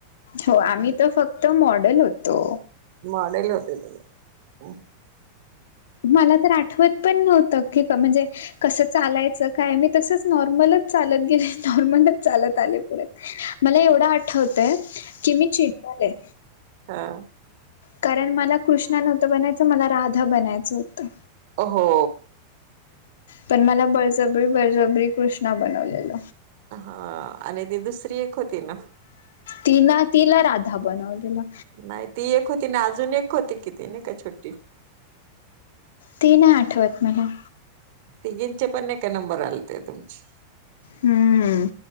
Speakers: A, on the left (about 85°); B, on the right (about 65°).
A: हो आम्हीं तरं फक्तं मॉडेल होतो
B: मॉडेल होते तुंम्ही
A: मलां तरं आठवतं पणं नव्हतं की म्हणजे कसं चालायचं कायं मी तसंच नॉर्मलच चालतं गेले नॉर्मल चालतं आलेत मलां एवढं आठवतंय की मी चिडले
B: हां
A: कारणं मलां कृष्णा नव्हतं बनायचं मलां राधा बनायचं होतं
B: हो हो
A: पणं मलां बळजबरी बळजबरी कृष्णा बनवलेल
B: हां आणि ती दुसरी एक होती नां
A: तिनां तिलां राधा बनवलेला
B: नाहीं ती एक होती नाहीं अजूंन एक होती किती नाहीं कां छोटी
A: ते नाहीं आठवतं मलां
B: तिघींचे पणं एकां नंबर आलेते तुमचे
A: हम्म.